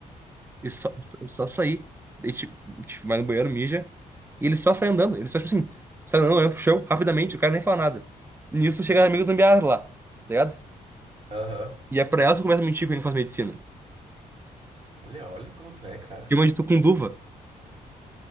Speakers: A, on the right (about 15°); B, on the right (about 40°).
A: E só, só, só sair. Daí, tipo, a gente vai no banheiro, mija. E ele só sai andando. Ele só, tipo assim, sai andando, olhando pro chão, rapidamente, o cara nem fala nada. Nisso chega as amigas zambiadas lá, tá ligado?
B: Aham.
A: E é pra elas que começa a mentir que eu não faço medicina.
B: Olha, olha como tu é, cara.
A: Que eu tu com duva